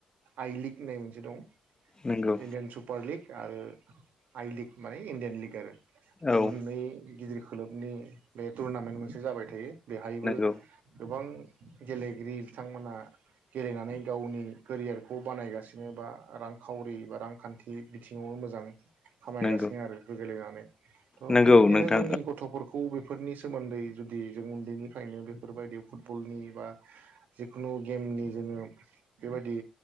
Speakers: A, on the right (about 65°); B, on the left (about 25°).
A: आइ लिग होननाय मोनसे दं।
B: नंगौ
A: इण्डियान सुपार लिग। आरो आइ लिग माने इण्डियान लिग आरो। बे
B: औ
A: मोननै गिदिर खोलोबनि बे टुरनामेन्ट मोनसे जाबाय थायो। बेहायबो
B: नंगौ
A: गोबां। गेलेगिरि बिथांमोना। गेलेनानै गावनि केरियारखौ बानायगासिनो। बिङ बा रांखावरि बा रांखान्थि बिथिंङावनो मोजां। खामायगासिनो
B: नंगौ
A: आरो बेफोर गेलेनानै। थ
B: नंगौ
A: बेबायदिनो
B: नोंथां
A: जोंनि गथफोरखौ <unintelligible> बेफोरनि सोमोन्दै जुदि जों उन्दैनिफ्रायनो बेफोरबायदि फुटबलनि बा जिखुनु गेमनि जोंङो बेबायदि